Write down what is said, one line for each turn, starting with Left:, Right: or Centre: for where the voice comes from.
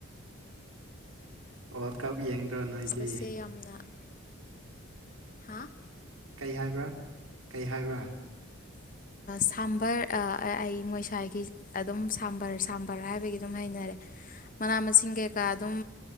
Right: ꯋꯥꯔꯜ ꯀꯞ ꯌꯦꯡꯗ꯭ꯔꯣ ꯅꯣꯏꯗꯤ
Left: ꯆꯥꯕꯁꯦ ꯌꯥꯝꯅ ꯍꯥꯥ
Right: ꯀꯩ ꯍꯥꯏꯕ꯭ꯔꯥ ꯀꯩ ꯍꯥꯏꯕ꯭ꯔꯥ
Left: ꯁꯥꯝꯕꯔ ꯑꯩ ꯃꯣꯏꯁ꯭ꯋꯥꯏꯒꯤ ꯑꯗꯨꯝ ꯁꯥꯝꯕꯔ ꯁꯥꯝꯕꯔ ꯍꯥꯏꯕꯒꯤ ꯑꯗꯨꯝ ꯍꯩꯅꯔꯦ ꯃꯅꯥ ꯃꯁꯤꯡ ꯀꯩꯀꯥ ꯑꯗꯨꯝ